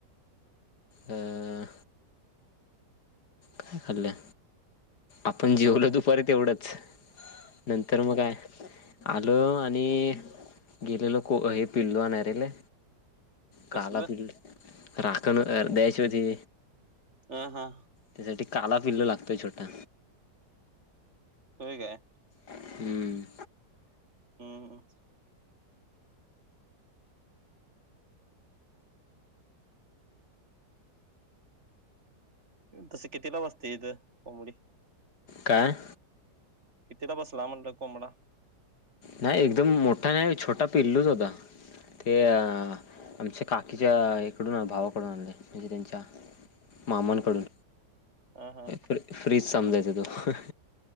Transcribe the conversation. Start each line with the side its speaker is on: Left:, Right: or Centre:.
Left: अ काय खाल्लं आपण जेवलो दुपारीत तेवढंच नंतर मग काय आलं आणि गेलेलं को हे पिल्ल आणेले
Right: कसलं
Left: काला बिल्ल राखण ह द्याशवती
Right: हह हा
Left: त्यासाठी काला पिल्ल लागतंय छोटा
Right: त काय
Left: हम्म
Right: हम हम तसं किती लाम असते इथ कॉमडी
Left: काय
Right: इतीला बस ला म्हणलं कोो आमडा
Left: नाही एकदम मोठा नाही छोटा पिल्लूच होता ते अ आमच्या काकीच्या इकडून भावाकडून आणले म्हणजे त्यांच्या मामांकडून
Right: ह हा
Left: फ्री फ्रीज समजायचं तू